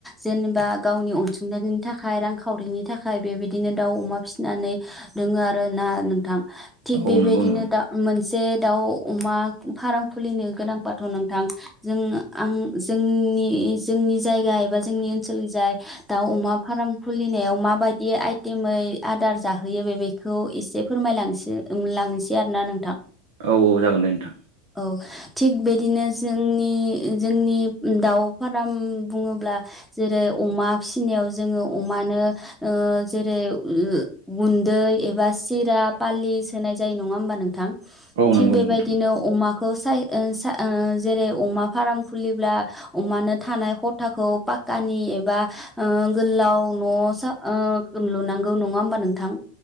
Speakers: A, in the centre; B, on the right.
A: जेनेबा गावनि अनसुंथाइनि थाखाय रांखावरिनि थाखाय बेबायदिनो दाउ, अमा फिसिनानै दोङो आरो ना नोंथां। थिग
B: औ
A: बेबायदिनो
B: नंगौ नंगौ।
A: दा मोन जे दाउ, अमा फार्म खुलिनो गोनांबाथ' नोंथां, जों आं जोंनि जोंनि जोंनि जायगा एबा जोंनि ओनसोलनि जाय दाउ, अमा फार्म खुलिनायाव माबायदि आइटेमै आदार जाहोयो बे बेखौ एसे फोरमायलांसै लांसै आरोना नोंथां
B: औ औ जागोन दे नोंथां।
A: औ थिग बिदिनो जोंनि जोंनि दाउ फाराम बुङोब्ला जेरै अमा फिसिनायाव जोंङो अमानो ओ जेरै ओ गुन दै एबा सिरा फालि सोनाय जायो नङा होबा नोंथां?
B: औ
A: थिग
B: नंगौ
A: बेबायदिनो
B: नंगौ नोंथां।
A: अमा खौ साय ओ सा ओ जेरै अमा फाराम खुलिब्ला अमानो थानाय हथाखौ फाक फाकानि एबा ओ गोलाव न'सा ओ लुनांगौ नङा होमबा नोंथां?